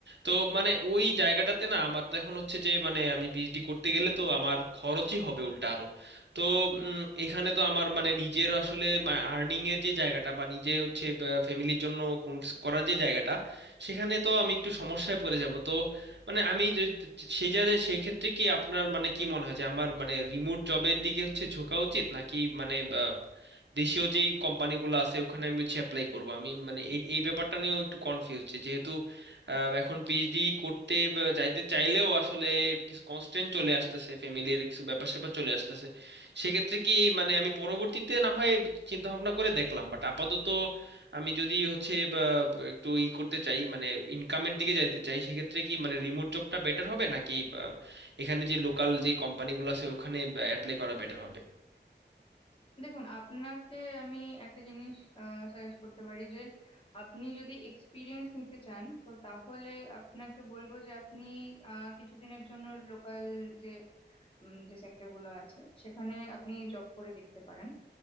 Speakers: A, on the right; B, on the left.
A: তো মানে ওই জায়গাটাতে না আমার তো এখন হচ্ছে যে মানে আমি পিএইচডি করতে গেলে তো আমার খরচই হবে উল্টা আরো তো উম, এখানে তো আমার মানে নিজের আসলে আর্নিং এর যে জায়গাটা বা নিজে হচ্ছে ফ্যামিলির জন্য কোনো কিছু করার যে জায়গাটা সেখানে তো আমি একটু সমস্যায় পড়ে যাব তো মানে আমি যে- যে- সেই জায়গায় সেই ক্ষেত্রে কি আপনার মানে কি মনে হয় যে আমার মানে রিমোট জবের দিকে হচ্ছে ঝোঁকা উচিত নাকি মানে বা, দেশীয় যেই কোম্পানিগুলো আছে ওখানে আমি হচ্ছে অ্যাপ্লাই করব আমি মানে এই এই ব্যাপারটা নিয়েও একটু কনফিউজ যেহেতু আহ, এখন পিএইচডি করতে বা যাইতে চাইলেও আসলে কিছু কনস্ট্রেন্ট চলে আসতেছে ফ্যামিলির কিছু ব্যাপার স্যাপার চলে আসতেছে সেক্ষেত্রে কি মানে আমি পরবর্তীতে না হয় চিন্তা ভাবনা করে দেখলাম বাট আপাতত আমি যদি হচ্ছে বা, বা, একটু ই করতে চাই মানে ইনকামের দিকে যাইতে চাই সেক্ষেত্রে কি মানে রিমোট জবটা বেটার হবে নাকি বা, এখানে যে লোকাল যে কোম্পানিগুলো আছে ওখানে অ্যাপ্লাই করা বেটার হবে
B: দেখুন আপনাকে আমি একটা জিনিস সাজেস্ট করতে পারি যে আপনি যদি এক্সপিরিয়েন্স নিতে চান তো তাহলে আপনাকে বলবো যে আপনি আহ, কিছুদিনের জন্য লোকাল যে উম, যে সেক্টর গুলো আছে সেখানে আপনি জব করে দেখতে পারেন